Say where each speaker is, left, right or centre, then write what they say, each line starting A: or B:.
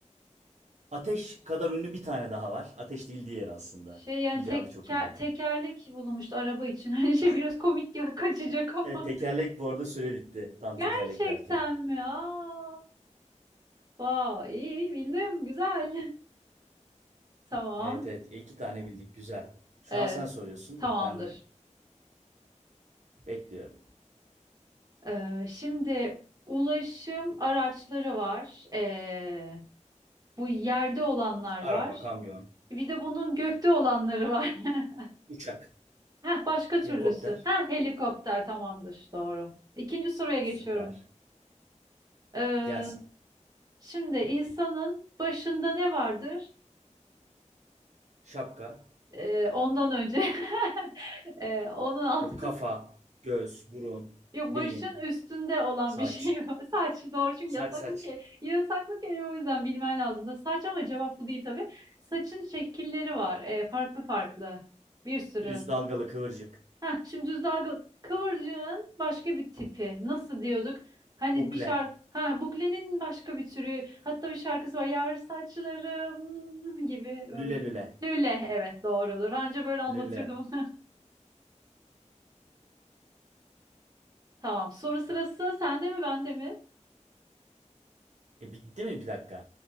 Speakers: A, on the right; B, on the right.
A: Ateş kadar ünlü bir tane daha var. Ateş değil diğer aslında.
B: Şey yani
A: İcadı
B: teker,
A: çok ünlü.
B: tekerlek bulunmuştu araba için. <laughs> Hani şey
A: Ah,
B: biraz komik ya kaçacak ama.
A: evet, tekerlek
B: <laughs>
A: bu arada süre bitti. Tam
B: Gerçekten
A: tekerlek derken.
B: mi? Aa, wow, iyi bildim. Güzel. <laughs> Tamam.
A: Evet evet e, iki tane bildik. Güzel. Şu
B: Evet.
A: an sen soruyorsun.
B: Tamamdır.
A: Ben de bekliyorum.
B: Ee, şimdi ulaşım araçları var. Ee, bu yerde olanlar
A: Araba,
B: var.
A: kamyon,
B: Bir de bunun gökte olanları var. <laughs>
A: uçak,
B: Heh, başka türlüsü.
A: helikopter.
B: Heh, helikopter tamamdır. Doğru. İkinci soruya geçiyorum.
A: Süper.
B: Ee,
A: Gelsin.
B: şimdi insanın başında ne vardır?
A: Şapka.
B: Ee, ondan önce <laughs> ee, onun alt
A: Yok kafa, göz, burun,
B: yok
A: beyin,
B: başın üstünde olan
A: saç.
B: bir şey var. <laughs> Saç doğru çünkü
A: Saç
B: yasaklı
A: saç.
B: ke yasaklı kelime o yüzden bilmen lazım da saç ama cevap bu değil tabii. Saçın şekilleri var. Ee, farklı farklı. Bir sürü.
A: Düz dalgalı kıvırcık.
B: Heh, şimdi düz dalgalı kıvırcığın başka bir tipi. Nasıl diyorduk? Hani
A: Bukle.
B: bir şarkı ha buklenin başka bir türü. Hatta bir şarkısı var. Yar saçlarım gibi böyle.
A: Lüle lüle.
B: Lüle evet doğrudur. Anca böyle anlatırdım.
A: Lüle.
B: <laughs> Tamam. Soru sırası sende mi bende mi?
A: E bitti mi bir dakika?